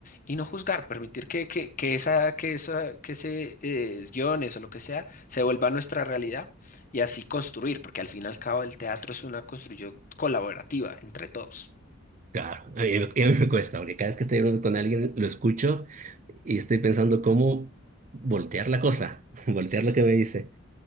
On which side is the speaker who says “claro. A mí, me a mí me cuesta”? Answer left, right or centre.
Right